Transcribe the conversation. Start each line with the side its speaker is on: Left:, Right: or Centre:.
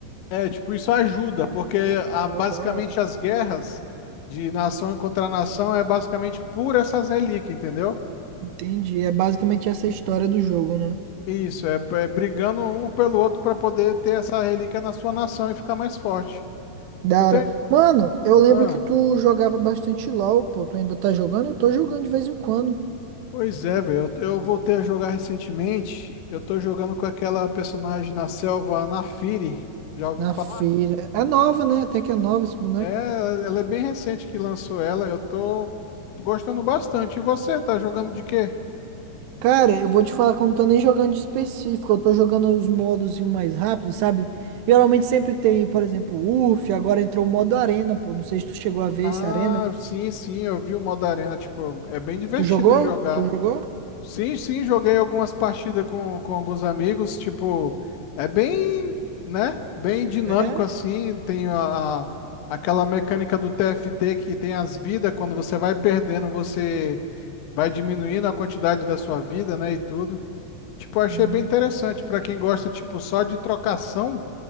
Left: É, tipo, isso ajuda, porque a,
Right: Pô,
Left: basicamente
Right: da hora.
Left: as guerras de nação contra nação é basicamente por essas relíquias, entendeu?
Right: Entendi. É basicamente essa a história do jogo, né?
Left: Isso, é, é brigando um pelo outro para poder ter essa relíquia na sua nação e ficar mais forte.
Right: Da
Left: Tu tem.
Right: hora. Mano, eu lembro
Left: Ah,
Right: que tu jogava bastante LOL, pô. Tu ainda tá jogando? Eu tô jogando de vez em quando.
Left: pois é, velho. Eu, eu voltei a jogar recentemente. Eu tô jogando com aquela personagem na selva, Naafiri. Já ouviu
Right: Na
Left: falar?
Right: feira. É nova, né? Até que é nova esse boneco.
Left: É, ela é bem recente que lançou ela. Eu tô gostando bastante. E você, tá jogando de quê?
Right: Cara, eu vou te falar que eu não tô nem jogando de específico. Eu tô jogando os modos e o mais rápido, sabe? Geralmente sempre tem, por exemplo, UF. Agora entrou o modo Arena, pô. Não sei se tu chegou a ver
Left: Ah,
Right: esse Arena.
Left: sim, sim, eu vi o modo arena, tipo, é bem divertido
Right: Tu jogou?
Left: de jogar.
Right: Tu jogou?
Left: Sim, sim, joguei algumas partidas com, com alguns amigos, tipo, é bem, né, bem dinâmico
Right: É?
Left: assim, tem a, a- aquela mecânica do TFT que tem as vidas, quando você vai perdendo, você vai diminuindo a quantidade da sua vida, né, e tudo. Tipo, eu achei
Right: Hum.
Left: bem interessante, pra quem gosta, tipo, só de trocação,